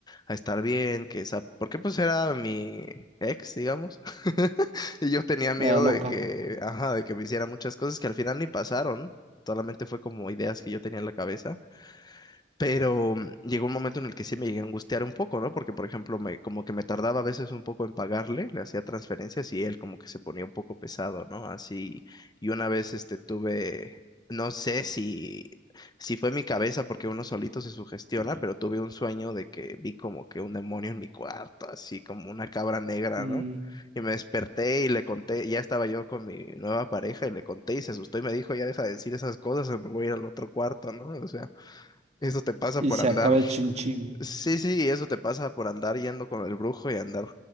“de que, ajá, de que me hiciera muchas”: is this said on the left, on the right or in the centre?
Left